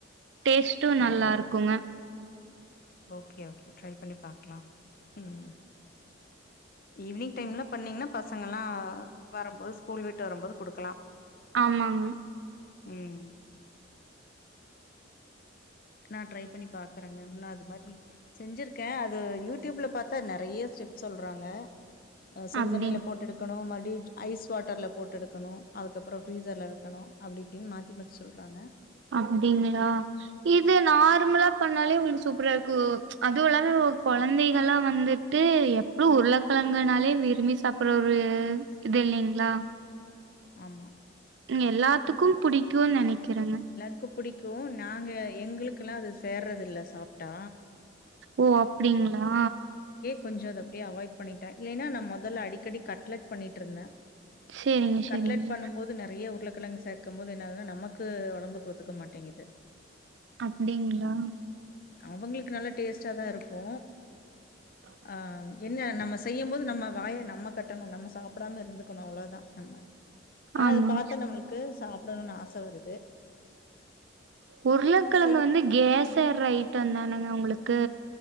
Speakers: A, on the right (about 65°); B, on the left (about 45°).
A: டேஸ்ட்டு நல்லா இருக்குங்க
B: ஓகே ஓகே ட்ரை பண்ணி பாக்லா ம் ஈவினிங் டைம்ல பண்ணீங்ன்னா பசங்கல்லா வரும்போது ஸ்கூல் விட்டு வரும்போது குடுக்கலா
A: ஆமாங்க
B: ம் நா ட்ரை பண்ணி பாக்கறங்க இன்னு அதுமாரி செஞ்சிருக்கே அது யூடியூப்ல பாத்தா நெறையா ஸ்டெப் சொல்றாங்க ஆ சுடுதண்ணில
A: அப்டிங்
B: போட்டு எடுக்கணு மாறுப்டி ஐஸ் வாட்டர்ல போட்டு எடுக்கணு அதுக்கப்றோ ஃப்ரீசர்ல வெக்கணு அப்டி இப்டின் மாத்தி மாத்தி சொல்றாங்க
A: அப்டிங்ளா இது நார்மலா பண்ணாலே உங்களுக்கு சூப்பரா இருக்கு அதுவு இல்லாம கொழந்தைகலா வந்து ட்டு எப்ளு உருளக்கெழங்குனாலே விரும்பி சாப்பிட்ற ஒரு இது இல்லைங்ளா
B: ஆமா
A: எல்லாத்துக்கு புடிக்கு நெனைக்கிறங்க
B: க்கு புடிக்கு நாங்க எங்களுகெல்லா அது சேர்றது இல்ல சாப்ட்டா
A: ஓ அப்டிங்ளா
B: கொஞ்ச அத அப்டியே அவாய்ட் பண்ணிட்டே இல்லைன்னா நா மொதல்ல அடிக்கடி கட்லட் பண்ணிட்ருந்தே
A: சேரிங்க சேரிங்க
B: கட்லட் பண்ணும் போது நெறையா உருளக்கெழங்கு சேக்கம் போது என்ன ஆகுதுன்னா நமக்கு ஒடம்புக்கு ஒத்துக்க மாட்டிங்குது
A: அப்டிங்ளா
B: அவுங்களுக்கு நல்லா டேஸ்ட்டா தா இருக்கு
A: ஆஹ
B: ஆ என்ன நம்ம செய்யும்போது நம்ம வாய நம்ம கட்டணு நம்ம சாப்டாம இருந்துக்கணு அவ்ளதா ஆமா ஆனா
A: ஆமாங்க
B: அது பாத்த நம்மளுக்கு சாப்டணுன் ஆச வருது
A: உருளக்கெழங்கு
B: செய்
A: வந்து கேஸ் த்தர் ரைட்டந்தானங்க உங்களுக்கு